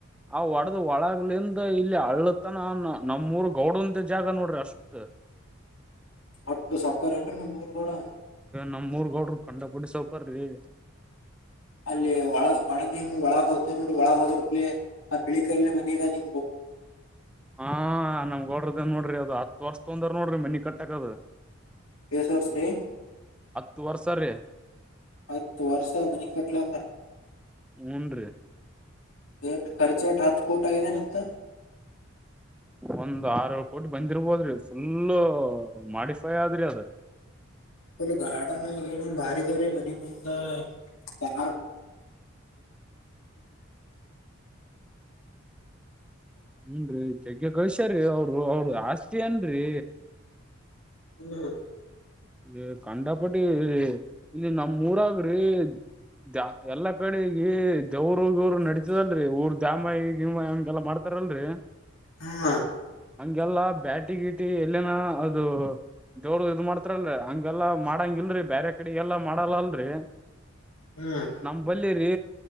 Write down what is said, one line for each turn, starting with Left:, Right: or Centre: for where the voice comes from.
Centre: ಆ್ ಒಡೆದ ಒಳಗ್ಲಿಂದ ಇಲ್ಲಿ ಹಳ್ಳತನ ನಮ್ಮೂಊರ್ ಗೌಡಂದ ಜಾಗ ನೋಡ್ರಿ ಅಷ್ಟ
Left: ಒಟ್ಟು ಸಕರೆ ಅನ್ರಿ ನೀ ಮೂೂರ್ ಗೋಡ
Centre: ನಮ್ೂರ್ಗೌಡ್ರ ಕಂಡಪುಡಿ ಸೌಕರಿ
Left: ಅಲ್ಲಿ ಒಳ ಒಳಗ ನಿಮ ಒಳಗ ಹ್ತರು ಒಳಗ ಹೋದಿರ್ಲಿ ಆ ಬೆಳಿಿಕಲ್ಲಿ ಮನಾಗ ನಿ್
Centre: ಹಾ ನಮಗೋಡ್ರದನ್ ನೋಡ್ರಿ ಅದು ಹತ್ ವರ್ಷ ತೊಂದ್ರ ನೋಡ್ರಿ ಮನಿ ಕಟ್ಟಕದ
Left: ಕೆಸರ್ ಶ್ರೀ
Centre: ತುವರ್ಸಾರೆ
Left: ಆತ್ತು ವರ್ಷ ಅಂದನ ಕಟ್ಲ
Centre: ಹೂನ್
Left: ಟ್ ಖರ್ಚ ಎಟ್ ಹತ್ ಕೋಟ ಆಗಿದೆನೆಂತ
Centre: ಒಂದ್ ಆರೂರು ಕೋಟಿ ಬಂದಿರ್ಬೋದ್ರಿ ಫುಲ್ಲ ಮಾಡಿಫೈ ಆದ್ರಿ ಅದ
Left: ಒಲ್ ಗಾಡನ ಏನನ್ ಬಾರಿದವ್ರೀ ಮನ ಮುಂದ ಕ
Centre: ಹ್ಮನ್ ರೀ ಜಗ್ಗೆ ಕಳ್ಸ್ಯ ರೀ ಅವ ಅವರು ಆಸ್ತಿ ಏನ ರೀ
Left: ಹ್ಮ್
Centre: ಇ ಕಂಡಪಟ್ಟಿ ಇಲ್ಲಿ ನಮ್ಮ ಊರಾಗ್ರಿ ಜ ಎಲ್ಲಾ ಕಡೆಗ ದೇವ್ರು ಗವ್ರು ನಡತದಲ್ರರಿ ಊರ್ ದ್ಯಾಮಹ ಹಿಮ ಹೆಗೆಲ್ಲ ಮಾಡ್ತಾರಲ್ರರಿ
Left: ಹ್ಮ
Centre: ಹಂಗೆಲ್ಲಾ ಬ್ಯಾಟಿಗಿಟ್ಟಿ ಎಲ್ಲಿನ ಅದು ದವರು ಇದ ಮಾಡ್ತ ಹತ್ರಲ್ರಿ ಹಗೆಲ್ಲಾ ಮಾಡಂಗ ಇಲ್ರರಿ ಬೇರೆ ಕಡೆಗೆಲ್ಲಾ ಮಾಡಲ್ಲ ಅಲ್ರರಿ
Left: ಹ್ಮ್
Centre: ನಮ ಬಲ್ಲಿ ರೀ